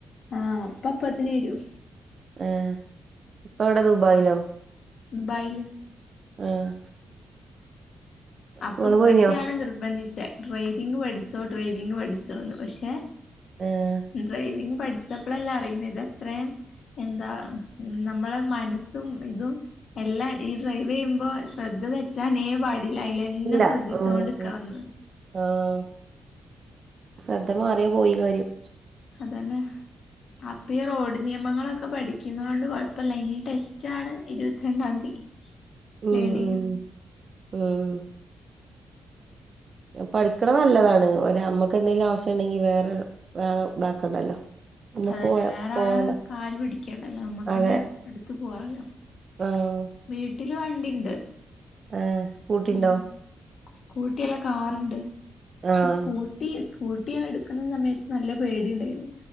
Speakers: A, on the left; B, on the right.
A: ആഹ് അപ്പ അപ്പ അതിന് വരും
B: ഏ ഇപ്പ എവിടാ ദുബായിലോ
A: ദുബായില്
B: ആഹ്
A: അപ്പൊ
B: നിങ്ങള്
A: ഉപ്പച്ചിയാണ്
B: പോയിനോ
A: നിർബന്ധിച്ചെ ഡ്രൈവിങ് പഠിച്ചോ ഡ്രൈവിങ് പഠിച്ചോന്ന് പക്ഷെ
B: ആഹ്
A: ഡ്രൈവിങ് പഠിച്ച പ്പോഴല്ല അറിയുന്നത് ഇതത്രയും എന്താ നമ്മളെ മനസ്സും ഇതും എല്ലാം ഈ ഡ്രൈവ് ചെയ്യുമ്പോ ശ്രദ്ധ തെറ്റാനേ പാടി അതിലന്നെ
B: ഇല്ല
A: ശ്രദ്ധിച്ചോണ്ട്ക്കണം
B: ഉം
A: എന്ന്
B: ആഹ് ശ്രദ്ധ മാറിയ പോയി കാര്യം
A: അതന്നെ അപ്പ ഈ റോഡ് നിയമങ്ങളൊക്കെ പഠിക്കുന്ന കൊണ്ട് കൊഴപ്പില്ല ഇനി ടെസ്റ്റാണ് ഇരുപത്തിരണ്ടാംതി
B: ഉം
A: ലേർണിങ്
B: ഉം ഉം പഠിക്കണ നല്ലതാണ് ഒരു നമ്മക്ക് എന്തെങ്കിലും ആവശ്യം ഉണ്ടെങ്കി വേറെ ആള ഇതാക്കണ്ടല്ലോ നമ്മക്ക്
A: അത് തന്നെ
B: പോയാ
A: വേറെയാളെ
B: പോവാലോ
A: കാല് പിടിക്കണ്ടല്ലോ നമ്മക്ക്ന്നെ
B: അതെ
A: എടുത്തു പോവാലോ
B: ആഹ്
A: വീട്ടില് വണ്ടി ഇണ്ട്.
B: ആഹ്. സ്കൂട്ടിണ്ടോ
A: ഉം സ്കൂട്ടി എല്ല കാറുണ്ട്.
B: ആഹ്
A: സ്കൂട്ടി സ് സ്‌കൂട്ടി ആ എടുക്കുന്ന സമയത്ത് നല്ല പേടി ഉണ്ടായിരുന്നു.